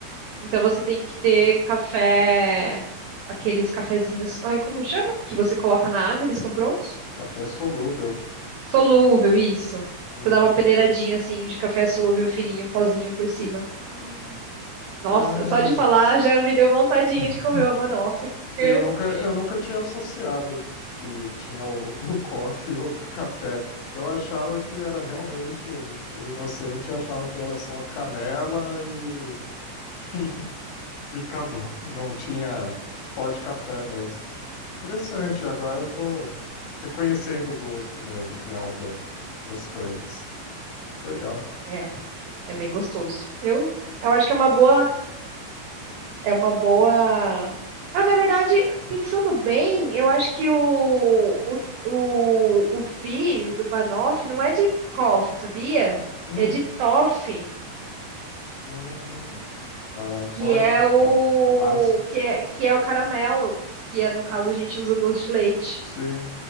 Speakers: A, on the right; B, on the left.
A: Então você tem que ter café, aqueles cafezinhos, ai, como chama? Que você coloca na água, eles ficam prontos?
B: café solúvel,
A: Solúvel, isso.
B: uhum,
A: Você dá uma peneiradinha assim de café solúvel fininho, pozinho por cima. Hum. Nossa,
B: ah.
A: só de falar já me deu vontadinha
B: <laughs>
A: de comer uma banoffee. <laughs>
B: E eu nunca, eu nunca tinha associado que tinha o, o coffee e o café. Eu achava que era realmente, eu era inocente, e achava que era só canela e, <laughs> e, e acabou. Não tinha pó de café mesmo. Interessante, agora eu tô reconhecendo o gosto mesmo, real da- das coisas. Legal.
A: É, é bem gostoso. Eu, eu acho que é uma boa É uma boa. Ah, na verdade, pensando bem, eu acho que o, o, o, o fi do Banoff não é de Koff, sabia?
B: Hum,
A: É de Toff,
B: hum, a
A: que
B: torta,
A: é o
B: a, a massa.
A: que é, que é o caramelo, que é, no caso a gente usa doce de leite.
B: Sim,